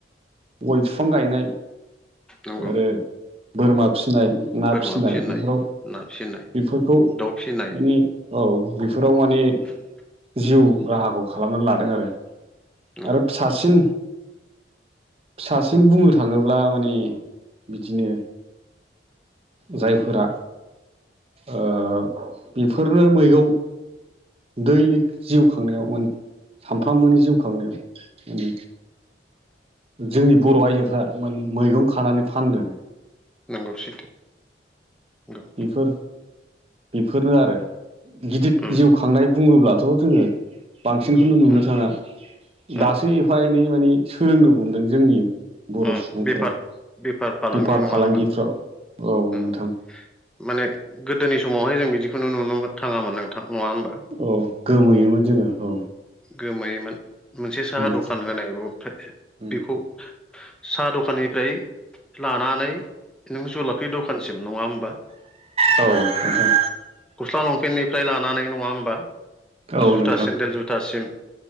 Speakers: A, on the right; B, in the centre.
A: गय फिफां गायनाय
B: नंगौ
A: आरो बोरमा फिनाय ना
B: बोरमा
A: फिसिनाय बेफोराव
B: ना फिसिनाय
A: बेफोरखौ
B: दाउ फिसिनाय
A: माने औ बेफोराव माने
B: उम
A: जिउ राहाखौ खालामनानै लादों आरो।
B: नंगौ
A: आरो सासिन फिसासिन बुंनो थाङोब्ला माने बिदिनो जायफोरा ओ बेफोरनो मैगं दैलिग जिउ खांनायाव माने सामफ्रामबोनि जिउ खांनायाव उम जोंनि बर' आइजोफ्रा मान मैगं खानानै फानदों।
B: नंगौ सैथो नोंगौ।
A: बेफोर बेफोरनो आरो गिदिर
B: उम
A: जिउ खांनाय बुङोब्लाथ' जोङो बांसिनखौनो नुनो
B: उम
A: थाङा दासो
B: उम
A: एफा- एनै माने सोलोंनो हमदों जोंनि। बर'
B: उम
A: सुबुंफोरा
B: बेफार बेफार फालांगि
A: बेफार
B: नङा
A: फालांगिफ्राव
B: होमबा
A: औ
B: उम
A: नोंथां।
B: माने गोदोनि समावहाय जों बिदिखौनो नु- नुनो थाङामोन नोंथां नङा होमबा
A: औ गोमोयोमोन जोङो औ।
B: गोमायोमोन मोनसे साहा
A: उम
B: दखान होनाय <inaudible>
A: उम
B: बेखौ साहा दखाननिफ्राय लानानै नों जुलाफि दखानसिम नङा होमबा।
A: <inaudible> औ नोंथां।
B: गस्ला लंपेन्टनिफ्राय लानानै नङा होमबा।
A: औ
B: जुथा
A: नोंथां
B: सेन्देल जुथासिम